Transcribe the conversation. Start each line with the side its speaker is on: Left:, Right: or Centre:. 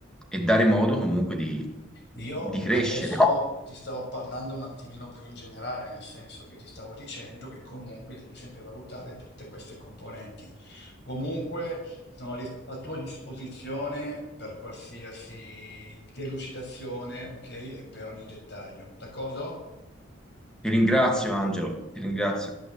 Centre: e dare modo comunque di,
Left: Io
Centre: di crescere.
Left: adesso ti stavo parlando un attimino più in generale, nel senso che ti stavo dicendo che comunque devi sempre valutare tutte queste componenti. Comunque sono a a tua disposizione per qualsiasi delucidazione, ok? E per ogni dettaglio, d'accordo?
Centre: Ti ringrazio, Angelo, ti ringrazio.